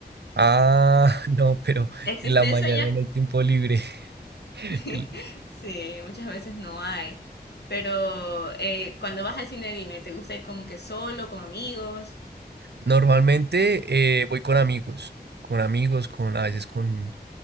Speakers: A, on the right; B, on the left.
A: Ah, <laughs> no, pero
B: ¿Existe
A: en la mañana
B: eso
A: no hay tiempo libre. <laughs>
B: <laughs>
A: El-
B: Sí, muchas veces no hay. Pero eh, cuando vas al cine, dime, ¿te gusta ir como que solo, con amigos?
A: Normalmente eh, voy con amigos, con amigos, con a veces con